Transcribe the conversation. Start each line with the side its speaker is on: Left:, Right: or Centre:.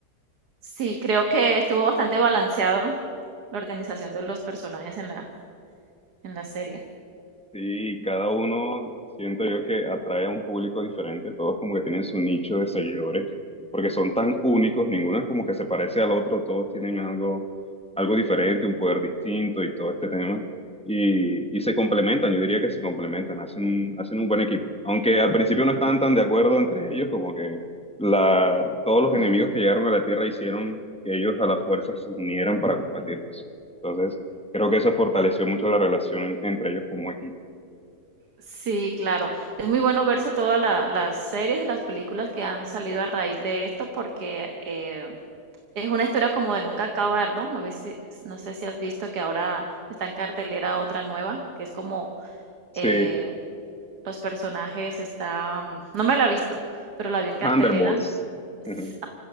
Right: sí, creo que estuvo bastante balanceado la organización de los personajes en la, en la serie.
Centre: Sí, cada uno siento yo que atrae a un público diferente, todos como que tienen su nicho de seguidores, porque son tan únicos, ninguno es como que se parece al otro, todos tienen algo, algo diferente, un poder distinto y todo este tema, y, y se complementan, yo diría que se complementan, hacen un, hacen un buen equipo, aunque al principio no estaban tan de acuerdo entre ellos, como que la, todos los enemigos
Right: Mm.
Centre: que llegaron a la Tierra hicieron que ellos a la fuerza se unieran para combatirlos, entonces creo que eso fortaleció mucho la relación entre ellos como equipo.
Right: Sí, claro. Es muy bueno verse todas la- las series y las películas que han salido a raíz de esto porque eh, es una historia como de nunca acabar, ¿no? No, ves si- no sé si has visto que ahora está en cartelera otra nueva, que es como
Centre: Sí,
Right: eh, los personajes están, no me la he visto, pero la vi en cartelera
Centre: Thunderbolts.
Right: s-
Centre: Ujú.